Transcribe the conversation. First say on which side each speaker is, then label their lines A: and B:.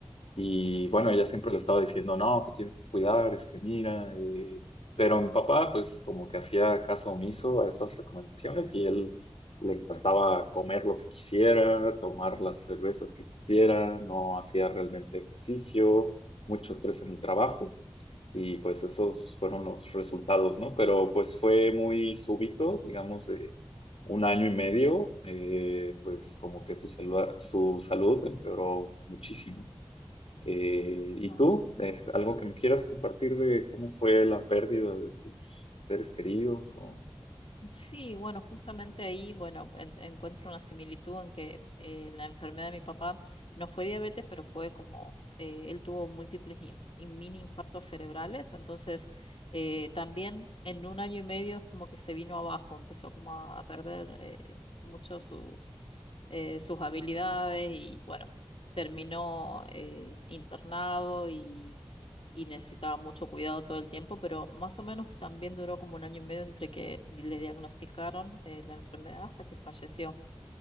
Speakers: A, on the left; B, on the left.
A: y
B: Sí.
A: bueno, ella siempre le estaba diciendo, no, te tienes que cuidar, es que mira, eh, pero mi papá pues como que hacía caso omiso a estas recomendaciones y él le encantaba comer lo que quisiera, tomar las cervezas que quisiera, no hacía realmente ejercicio, mucho estrés en
B: Mm,
A: el trabajo. Y pues esos
B: ah,
A: fueron los resultados, ¿no? Pero pues fue muy súbito, digamos, de un año y medio, eh, pues como que su, salua- su salud empeoró muchísimo. Eh, ¿y
B: ah.
A: tú? Eh, ¿algo que me quieras compartir de cómo fue la pérdida de tus seres queridos? O...
B: Sí, bueno, justamente ahí, bueno, en- encuentro una similitud en que eh, la enfermedad de mi papá no fue diabetes, pero fue como, eh, él tuvo múltiples y, y mini infartos cerebrales, entonces eh, también en un año y medio es como que se vino abajo, empezó como a, a perder eh, mucho sus, eh, sus habilidades y bueno, terminó eh, internado y necesitaba mucho cuidado todo el tiempo, pero más o menos también duró como un año y medio entre que di- le diagnosticaron eh, la enfermedad hasta que falleció.